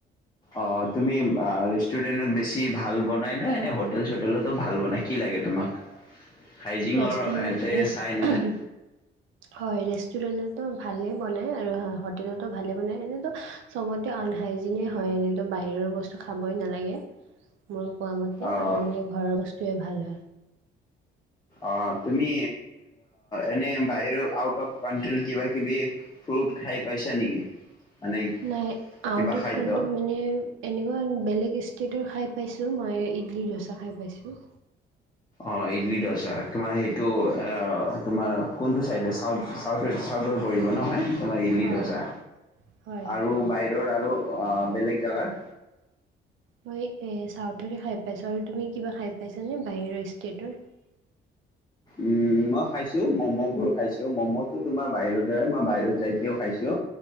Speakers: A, on the left; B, on the right.
A: অঁ তুমি ৰেষ্টুৰেণ্টত বেছি ভাল বনাই নাই ননে? হোটেল চোটেলতো ভাল বনাই কি লাগে তোমাক? হাইজিঙৰ
B: ৰেষ্টুৰেন্ট,
A: এন্তে চাই নে
B: হম
A: নাই?
B: হয় ৰেষ্টুৰেন্ট ভালে বনাই আৰু হোটেলতো ভালে বনাই এনেতো চবতে আনহাইজনে হয় এনেতো বাহিৰৰ বস্তু খাবই নালাগে মোৰ কোৱা মতে
A: অ'
B: আৰু এনে ঘৰৰ বস্তুুৱে ভাল হয়
A: অঁ, তুমি এনে বাহিৰ আউটৰ কিবা কিবি ফ্ৰুট খাই পাইছ নেকি? মানে
B: নাইট
A: কিবা
B: অফ
A: খাদ্য?
B: কট মানে এনেকুৱা বেলেগ ষ্ট ৰ খাই পাইছোঁ মই ইডলি ধোচা খাই পাইছোঁ
A: অঁ ইডলি দৌচা তোমাৰ সেইটো
B: হয়
A: তোমাৰ কোনটো ছাইডে ছাউথ চাউথ চাউথৰ বহিব নহয় তোমাৰ ইডলি
B: হয়
A: ধৌচা
B: হয়
A: আৰু বাহিৰৰ টো অঁ বেলেগ জেগাৰ
B: মই এ চাউথতে খাই পাইছো আৰু তুমি কিবা খাই পাইছানে বাহিৰৰ ষ্টেটৰ
A: উম মই খাইছো ম'ম' বোৰ খাইছো ম'ম তোমাৰ বাহিৰত মই বাহিৰত যাইকেও খাইছো